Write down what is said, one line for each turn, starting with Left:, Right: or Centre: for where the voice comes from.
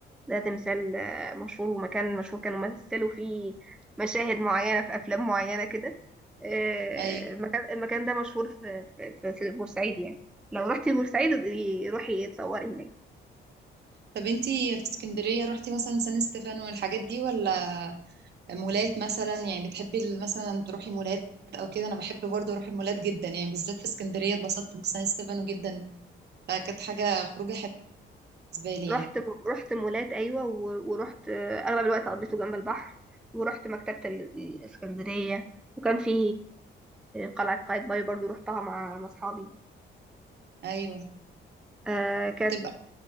Centre: ده تمثال آه، مشهور ومكان مشهور كانوا مثلوا فيه مشاهد معينة في أفلام معينة كده آه،
Right: ايوه
Centre: المكان المكان ده مشهور في في في في بورسعيد يعني لو رحتي بورسعيد ابقي روحي اتصوري هناك
Right: طب انتي في اسكندريه رحتي مثلا سان ستيفانو والحاجات دي ولا مولات مثلا يعني بتحبي ال- مثلا تروحي مولات او كده انا بحب برضو اروح المولات جدا يعني بالذات في اسكندريه اتبسطت بسان ستيفانو جدا فكانت حاجه خروجه حلوه بالنسبة لي يعني
Centre: رحت رحت مولات ايوه و- ورحت آه، اغلب الوقت قضيته جنب البحر ورحت مكتبه ال- الاسكندريه وكان في قلعه قايتباي برضو رحتها مع مع اصحابي
Right: أيوة
Centre: آه كانت
Right: تبقى